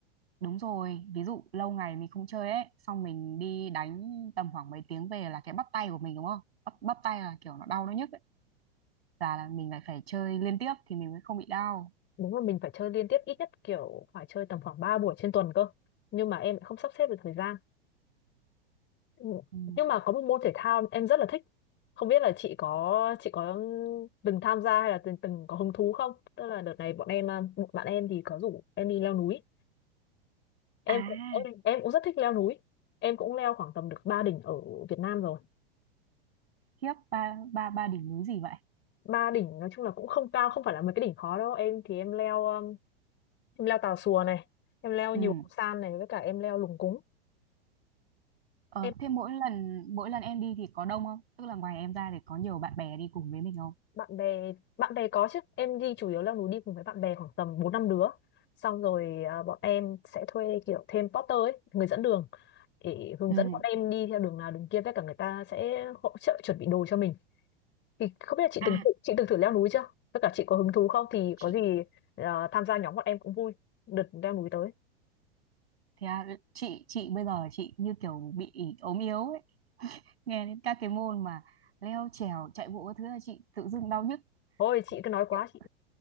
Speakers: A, on the right; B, on the left.
A: đúng rồi. Ví dụ lâu ngày mình không chơi ấy, xong mình đi đánh tầm khoảng mấy tiếng về là cái bắp tay của mình đúng không? Bắp, bắp tay là kiểu nó đau nó nhức ấy. Là, là mình lại phải chơi liên tiếp thì mình mới không bị đau.
B: đúng là mình phải chơi liên tiếp ít nhất kiểu phải chơi tầm khoảng 3 buổi trên tuần cơ nhưng mà em lại không sắp xếp được thời gian Ừ,
A: Ừ.
B: nhưng mà có một môn thể thao em rất là thích không biết là chị có chị có từng tham gia hay là từng từng có hứng thú không tức là đợt này bọn em à, một bạn em thì có rủ em đi leo núi em
A: À,
B: cũng em, em cũng rất thích leo núi em cũng leo khoảng tầm được ba đỉnh ở Việt Nam rồi
A: khiếp ba ba ba đỉnh núi gì vậy?
B: ba đỉnh nói chung là cũng không cao không phải là mấy cái đỉnh khó đâu em thì em leo um, em leo Tà Xùa này em leo
A: Ừ.
B: nhiều san này với cả em leo Lùng Cúng
A: Ờ,
B: em
A: thế mỗi lần mỗi lần em đi thì có đông không? Tức là ngoài em ra thì có nhiều bạn bè đi cùng với mình không?
B: bạn bè bạn bè có chứ em đi chủ yếu leo núi đi cùng với bạn bè khoảng tầm bốn năm đứa xong rồi à, bọn em sẽ thuê kiểu thêm porter ấy người dẫn đường để hướng
A: Ừ.
B: dẫn bọn em đi theo đường nào đường kia với cả người ta sẽ hỗ trợ chuẩn bị đồ cho mình thì không biết là chị
A: À,
B: từng chị từng thử leo núi chưa tất cả chị có hứng thú không thì
A: chị
B: có gì à, tham gia nhóm bọn em cũng vui đợt leo núi tới
A: thế à, chị chị bây giờ chị như kiểu bị ốm yếu ấy. nghe đến các cái môn mà leo trèo chạy bộ các thứ là chị tự dưng đau nhức
B: thôi chị cứ nói quá
A: Kiểu-
B: chị